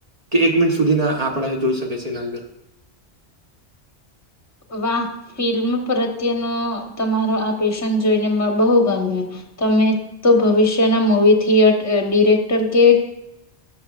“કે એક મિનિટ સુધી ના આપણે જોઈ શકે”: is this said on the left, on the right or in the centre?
Right